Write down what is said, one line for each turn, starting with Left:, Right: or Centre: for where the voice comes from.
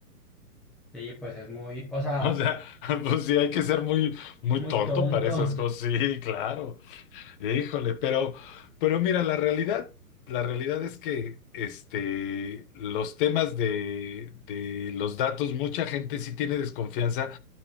Centre: Sí, pues es muy, o sea,
Left: O sea, <laughs> pues sí hay que ser muy muy
Centre: muy
Left: tonto
Centre: tonto.
Left: para esas cosas. Sí, claro. Híjole, pero pero mira, la realidad La realidad es que este, los temas de, de los datos, mucha gente sí tiene desconfianza